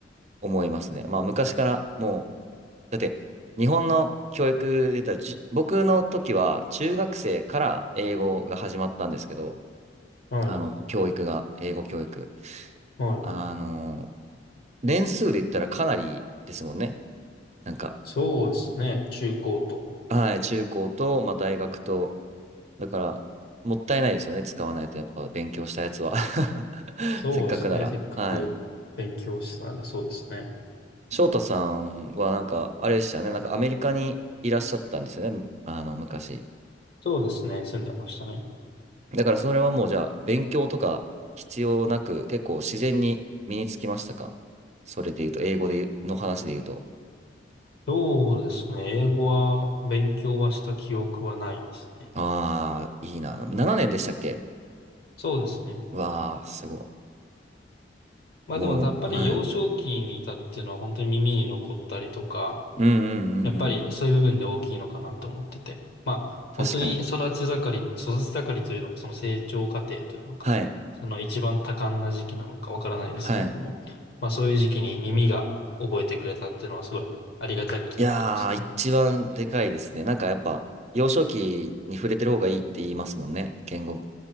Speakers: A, on the right; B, on the left.
A: 思いますね。まあ、昔からもう、だって、日本の教育で言ったら、じゅ僕の時は中学生から英語が始まったんですけど、
B: はい。
A: あの、教育が、英語教育。
B: はい
A: あの、年数で言ったらかなりですもんね。なんか、
B: そうですね。中高と。
A: はい、中高と、まあ、大学と、だから、もったいないですよね。使わないとやっぱ勉強したやつは <laughs>
B: そうですね。
A: せっかくなら。
B: せっかく勉強したならそうですね。
A: はい。翔太さんはなんか、あれでしたよね。なんかアメリカにいらっしゃったんですよね。あの、昔。
B: そうですね、住んでましたね。
A: だからそれはもうじゃあ、勉強とか必要なく、結構自然に身につきましたかそれで言うと、英語で言うの話で言うと。
B: そうですね、英語は勉強はした記憶はないですね。
A: ああ、いいな。7年でしたっけ
B: そうですね。
A: わあ、すご
B: まあでもやっぱり幼少期にいたっていうのは本当に耳に残ったりとか、
A: い。もう、はい。うんうんうんうん。
B: やっぱりそういう部分で大きいのかなと思ってて。まあ本当に育ち盛り、
A: 確かに。
B: 育ち盛りというのか、その成長過程というのか、
A: はい。
B: その一番多感な時期なのかわからないですけれども、
A: はい。
B: まあそういう時期に耳が覚えてくれたっていうのはすごいありがたいことではありますね。
A: いやー、一番でかいですね。なんかやっぱ、幼少期に触れてる方がいいって言いますもんね。言語、